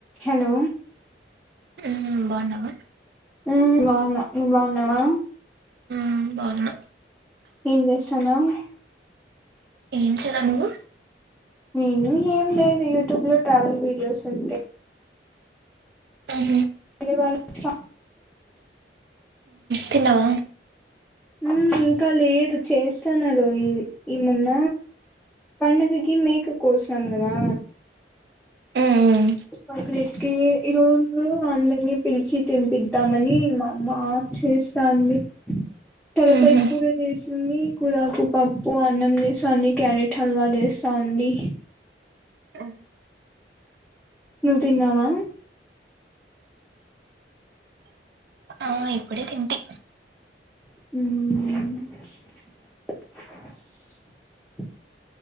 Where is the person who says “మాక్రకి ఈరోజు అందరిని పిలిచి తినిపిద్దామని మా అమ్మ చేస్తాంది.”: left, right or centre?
Centre